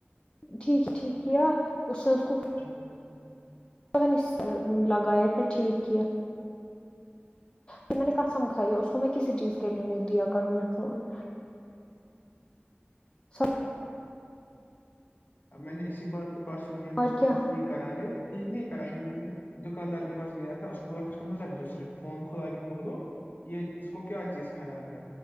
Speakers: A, on the left; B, on the left.
A: ٹھیک ہے ٹھیک کیا اس نے اس کو
B: دیکھیے
A: پتا نہیں لگا ہے پھر <inaudible> ٹھیک کیا پ میں نے کہسمکھھائی ہے اس کو میں کسی چیز کے لینے دیا کروں گی فون سب
B: میں نے اسی بار تو پرسوں لیا
A: اور
B: تھا
A: کیا
B: فون کرا نے ٹھیک نہیں کرا میں نے دکاندار کے پاس لیا تھا اس ب اس کو نظر دو صرف فون کھلا کے بولو کہ یہ اس کو کیا چیز خراب ہے